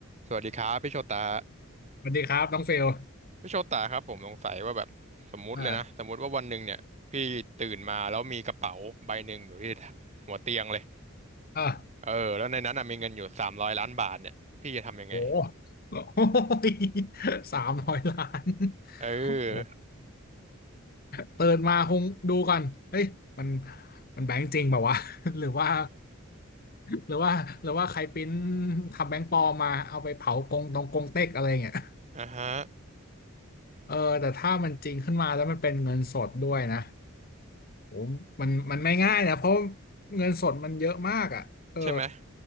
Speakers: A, on the right; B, on the left.
A: สวัสดีครับพี่โชตา
B: สวัสดีครับน้องเฟล
A: พี่โชตาครับผมสงสัยว่าแบบสมมุติเลยนะสมมุติว่าวันหนึ่งเนี่ยพี่ตื่นมาแล้วมีกระเป๋าใบหนึ่งอยู่ที่
B: อ่า
A: หัวเตียงเลย
B: อ่า
A: เออแล้วในนั้นน่ะมีเงินอยู่สามร้อยล้านบาทเนี่ยพี่จะทำยังไง
B: โหโอ้ยสามร้อยล้าน
A: เออ
B: โอ้เติดนมาคงดูก่อนเฮ้ยมัน มันแบงค์จริงเปล่าวะ <laughs> หรือว่าหรือว่าหรือว่าใครปริ้นทำแบงค์ปลอมมาเอาไปเผากงตรงกงเต็กอะไรเงี้ย
A: อ่ะฮะ
B: <laughs> เออแต่ถ้ามันจริงขึ้นมาแล้วมันเป็นเงินสดด้วยนะผมมันมันไม่ง่ายนะ เพราะเงินสดมันเยอะมากอ่ะเออ
A: ใช่ไหม